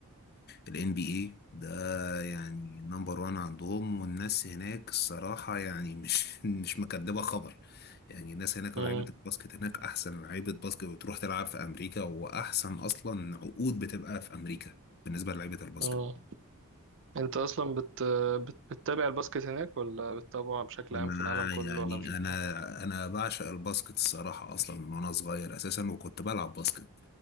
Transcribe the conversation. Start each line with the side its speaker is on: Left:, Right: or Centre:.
Left: الان بي اي ده يعني نمبر وان عندهم والناس هناك الصراحه يعني مش <laughs> مش مكدبه خبر يعني الناس هناك
Right: مم.
Left: لعيبه الباسكت هناك احسن لعيبه باسكت بتروح تلعب في امريكا واحسن اصلا عقود بتبقى في امريكا بالنسبه للعيبه الباسكت
Right: اه انت اصلا بت... بت... بتتابع الباسكت هناك ولا بتتابعه بشكل
Left: انا
Right: عام في العالم كله
Left: يعني
Right: ولا مش بتتابعه
Left: انا انا بعشق الباسكت الصراحه اصلا من وانا صغير اساسا وكنت بلعب باسكت